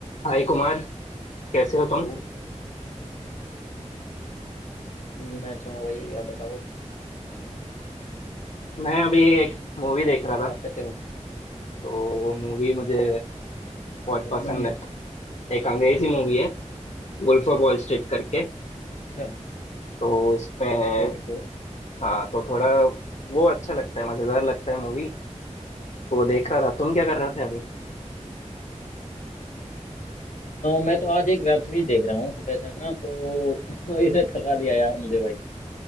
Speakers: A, on the left (about 65°); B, on the left (about 80°).
A: हाय कुमार कैसे हो
B: Hello
A: तुम
B: हम्म, मैं अच्छा हूँ भाई आप बताओ
A: मैं अभी एक मूवी देख रहा था
B: आप कैसे हो
A: तो मूवी मुझे बहुत
B: बहुत
A: पसंद
B: बढ़िया
A: है एक अंग्रेजी मूवी है वुल्फ ऑफ वॉल स्ट्रीट करके
B: अच्छा
A: तो इसमें
B: Good good
A: हाँ तो थोड़ा वो अच्छा लगता है मज़ेदार लगता है मूवी तो वो देख रहा था तुम क्या कर रहे थे अभी
B: मैं तो आज एक वेब सीरीज देख रहा हूँ सुबह से ना तो <laughs> इसने थका दिया यार मुझे भाई